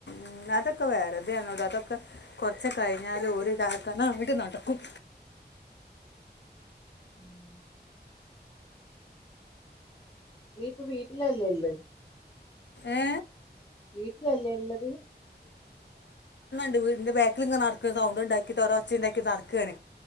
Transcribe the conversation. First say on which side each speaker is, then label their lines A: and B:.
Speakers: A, on the left (about 85°); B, on the left (about 30°).
A: ഉം അതൊക്കെ വേറെതെയാണെടോ, അതൊക്കെ കൊറച്ച് കഴിഞ്ഞാല് ഓരി <unintelligible> നടക്കും.
B: ഉം നീ ഇപ്പൊ വീട്ടിലല്ലേ ഇള്ളേ
A: ഏ
B: വീട്ടിലല്ലേ ഇള്ള്
A: ണ്ട് വീട്ടിൻ്റെ ബാക്ക് ഇ നടക്ക സൗണ്ട് ഉണ്ടാക്കിട്ട്ഓരോ ഒച്ച ഉണ്ടാക്കി നടക്കാണ്